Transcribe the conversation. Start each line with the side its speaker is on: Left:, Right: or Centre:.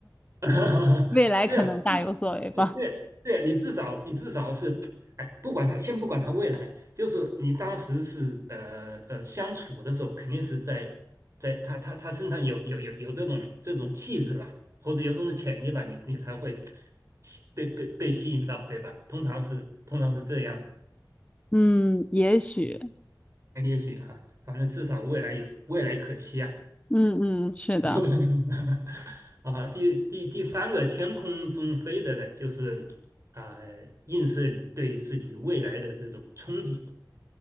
Right: <laughs> 哈哈，
Left: <laughs> 未来可能大有所为吧，
Right: 对啊，不对对对啊，你至少你至少是，哎，不管他，先不管他未来，就是你当时是呃呃相处的时候，肯定是在在他他他身上有有有有这种这种气质吧，或者有这种潜力吧，你你才会吸被被被吸引到，对吧？通常是通常是这样
Left: 嗯，也许，
Right: 的，也许哈、反正至少未来有未来可期啊。
Left: 嗯嗯，是的，
Right: <laughs> 啊，第第第三个天空中飞的呢，就是啊、映射你对自己未来的这种憧憬。